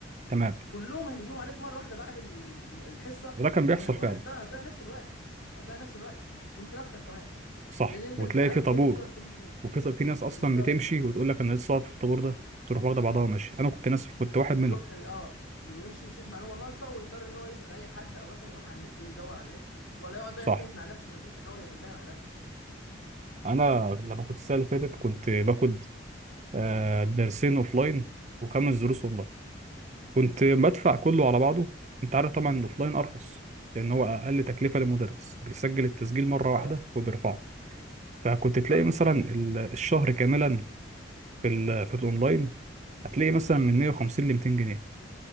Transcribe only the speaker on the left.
كلهم هيهجموا عليك مره واحده بعد ال- ال- الحصه
وما- وهتضيع
هتضيع نفس الوقت هتضيع نفس الوقت يمكن اكتر كمان
لان انت
مش هتبقى عارف
تكلم مين ولا بتكلم مين
بالظبط
ويروح
اه ويمشي ويسيب المعلومه ناقصه ويضطر ان هو يسال اي حد او مثلا يروح على النت يدور على النت ولا يقعد بقى
يجتهد مع نفسه في البيت يحاول يحلها مع نفسه
امم
طبعا
صح